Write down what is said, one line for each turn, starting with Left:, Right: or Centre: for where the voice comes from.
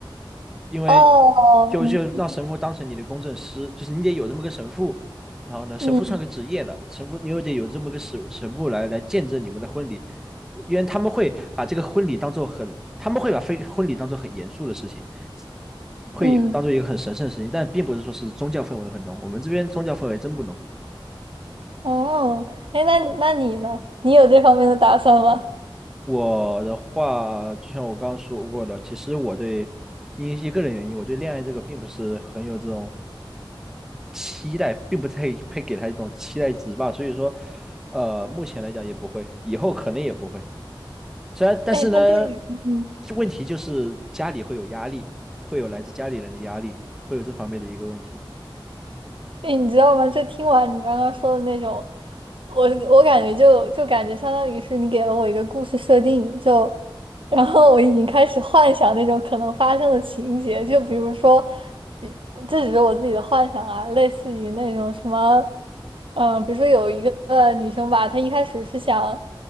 Centre: 因为
Right: 哦，
Centre: 就就让神父当成你的公证师，
Right: 嗯
Centre: 就是你得有这么个神父。然后呢，神父算个职业了，
Right: 嗯
Centre: 神父你又得有这么个神神父来来见证你们的婚礼，因为他们会把这个婚礼当做很，他们会把非婚礼当做很严肃的事情，会当做一个很神圣的事情，
Right: 嗯，
Centre: 但并不是说是宗教氛围很浓。我们这边宗教氛围真不浓。
Right: 哦，哎，那那你呢？你有这方面的打算吗？
Centre: 我的话，就像我刚刚说过的，其实我对因为一个人原因，我对恋爱这个并不是很有这种期待，并不太配给他一种期待值吧。所以说，呃，目前来讲也不会，以后可能也不会。虽然，但是呢，
Right: 哎，那对于，嗯
Centre: 问题就是家里会有压力，会有来自家里人的压力，会有这方面的一个问题。
Right: 哎，你知道吗？就听完你刚刚说的那种，我我感觉就就感觉相当于是你给了我一个故事设定，就然后我已经开始幻想那种可能发生的情节，就比如说，比这只是我自己的幻想啊，类似于那种什么，嗯、比如说有一个呃女生吧，她一开始是想，